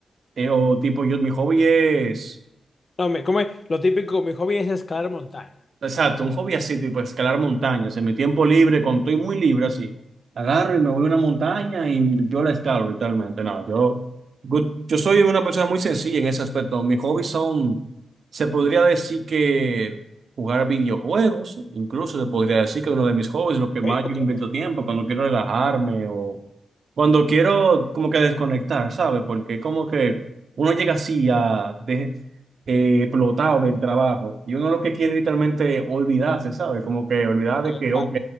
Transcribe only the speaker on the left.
No, me, como es- lo típico, mi hobby es escalar montaña.
Ok,
ok,
ok,
claro.